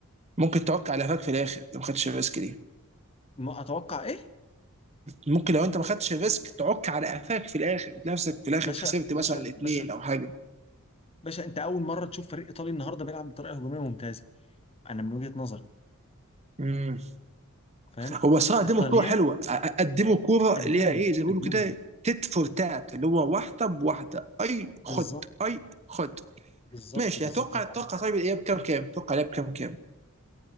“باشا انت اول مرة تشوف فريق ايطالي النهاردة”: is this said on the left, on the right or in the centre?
Left